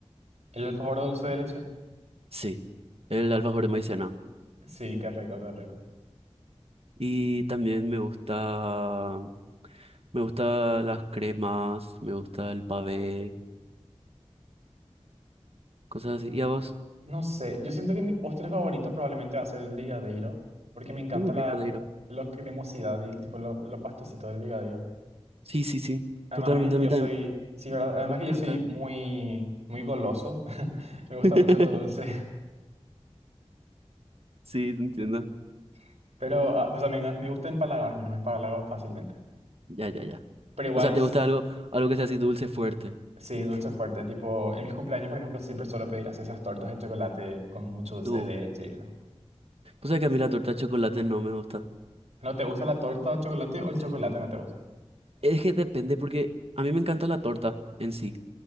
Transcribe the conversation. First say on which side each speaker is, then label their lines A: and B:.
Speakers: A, on the right; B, on the right.
A: ¿El alfajor de dulce de leche?
B: Sí, el
A: Oh.
B: alfajor de maicena.
A: Sí, qué rico, qué rico.
B: Y también me gusta, me gusta las cremas, me gusta el pavé, cosas así. ¿Y a vos?
A: No sé, yo siento que mi postre favorito probablemente va a ser el brigadeiro, porque me encanta
B: No, brigadeiro.
A: la, la cremosidad y el tipo lo, lo pastosito del brigadeiro.
B: Sí, sí, sí.
A: Además
B: Totalmente
A: que
B: a
A: yo
B: mí también.
A: soy, sí, ¿verdad? Además
B: Me
A: que
B: encanta.
A: yo soy muy, muy goloso, <laughs> me gusta
B: <laughs>
A: mucho lo dulce,
B: Sí, te entiendo.
A: <laughs> pero, ah, o sea, me, enga- me gusta empalagarme, no me empalago fácilmente.
B: Ya, ya, ya.
A: Pero igual,
B: O sea,
A: s-
B: ¿te gusta algo, algo que sea así dulce fuerte?
A: sí, dulce fuerte, tipo, en mis cumpleaños, por ejemplo, siempre suelo pedir así esas tortas de chocolate con mucho dulce
B: Uh,
A: de leche y eso.
B: pues sabes que a mí la torta de chocolate no me gusta.
A: ¿No te gusta la torta de chocolate o el chocolate no te gusta?
B: Es que depende porque a mí me encanta la torta en sí.